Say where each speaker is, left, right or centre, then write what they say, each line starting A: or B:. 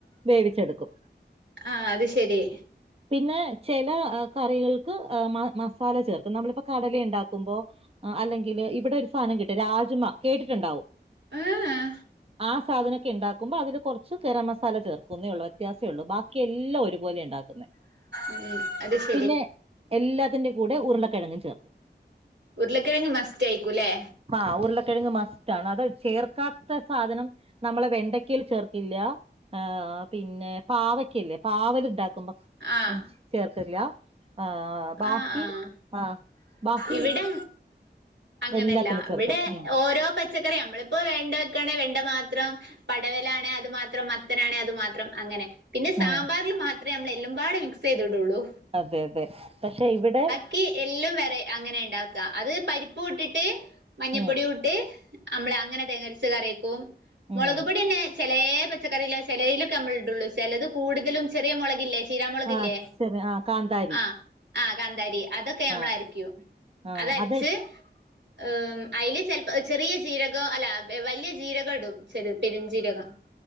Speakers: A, on the right (about 35°); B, on the right (about 80°).
A: വേവിച്ചെടുക്കും
B: ആഹ് അത് ശരി
A: പിന്നെ ചെ ലാ കറികൾക്ക് മ മസാല ചേർക്കും നമ്മളിപ്പോ കടല ഇണ്ടാക്കുമ്പോ അല്ലെങ്കില് ഇവടെ ഒരു സാനം കിട്ടും രാജ്മ കേട്ടിട്ടുണ്ടാവും
B: ആഹ്
A: ആ സ് സാധനൊക്കെ ഇണ്ടാക്കുമ്പോ അതില് കൊറച്ച് ഗരം മസാല ചേർക്കൂന്നേ ഒള്ളൂ വ്യത്യാസേള്ളൂ ബാക്കിയെല്ലാം ഒരുപോലെയാ ഇണ്ടാക്ക്ന്നെ
B: ഉം അത് ശെ
A: പിന്നെ എല്ലാത്തിന്റെ കൂടെ ഉരുളക്കിഴങ്ങ് ചേർക്കും
B: ഉരുളക്കിഴങ്ങ് മസ്റ്റായിരിക്കും ലേ
A: ആഹ് ഉർളക്കിഴങ്ങ് മസ്റ്റാണ് അത് ചേർക്കാത്ത സാധനം നമ്മളെ വെണ്ടയ്ക്കയിൽ ചേർക്കില്ല ഏ പിന്നെ പാവയ്ക്കയില്ലേ പാവൽ ഇണ്ടാക്കുമ്പം
B: ആഹ്
A: ചേർക്കില്ല ഏ ബാക്കി
B: ആഹ് ആഹ്
A: ആഹ് ബാക്കി
B: ഇവിടെ അങ്ങനല്ല
A: എല്ലാത്തിനും ചേർക്കും
B: ഇവടെ
A: ഉം
B: ഓരോ പ ച്ചക്കറി നമ്മളിപ്പോ വെണ്ട വെക്കാണേൽ വെണ്ട മാത്രം പടവലം ആണെ അത് മാത്രം മ ത്തനാണേ അത് മാത്രം അങ്ങനെ പിന്നെ സാമ്പാറിൽ
A: ഉം
B: മാത്രേ നമ്മള് എല്ലുപാടെ മിക്സെയ്തിടോള്ളൂ
A: അതെ അതെ പക്ഷെ ഇവിടെ
B: ഇക്കി എല്ലാം വേറെ അങ്ങനെ ഇണ്ടാക്ക അത് പരിപ്പും ഇട്ടിട്ട് മഞ്ഞപ്പൊടി
A: ഉം
B: ഇട്ട് അമ്മള് അങ്ങനെ തേങ്ങരച്ച് കറിയെക്കും മൊളക്
A: ഉം
B: പൊടിന്നെ ചെലേ പച്ചക്കറിയില് ചെലേയിലൊക്കെ നമ്മൾ ഇടൊള്ളു ചെലത് കൂടുതലും ചെറിയ മൊളകില്ലേ ചീരാമൊളകില്ലേ
A: ആ ശരി ആ കാന്താരി
B: ആഹ് ആഹ് കാന്താരി അതൊക്കെ നമ്മള്
A: ആ
B: അരക്ക്യും
A: ആഹ്
B: അതരച്ച്
A: അതെ
B: ഏം അയ്ല് ചെലപ്പോ ചെറിയ ജീരകം അല്ല വല്ല്യ ജീരകടും ചെല് പെര്ഞ്ചീരകം.